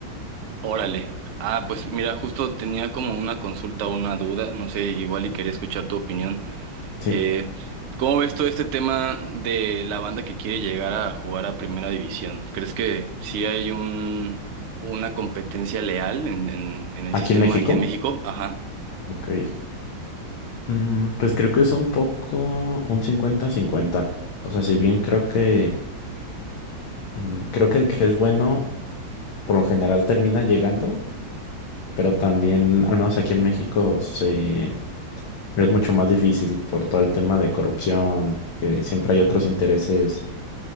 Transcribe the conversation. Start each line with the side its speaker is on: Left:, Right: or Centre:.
Right: Órale. Ah, pues mira, justo tenía como una consulta, una duda, no sé, igual y quería escuchar tu opinión.
Left: Sí,
Right: Eh, ¿cómo ves todo este tema de la banda que quiere llegar a jugar a Primera División? ¿Crees que sí hay un, una competencia leal en, en, en el
Left: aquí
Right: sistema
Left: en México.
Right: aquí en México? Ajá,
Left: Ok. Mm, pues creo que es un poco un cincuenta-cincuenta. O sea, si bien creo que mm, creo que el que es bueno por lo general termina llegando, pero también, al menos aquí en México, se es mucho más difícil por todo el tema de corrupción, que siempre hay otros intereses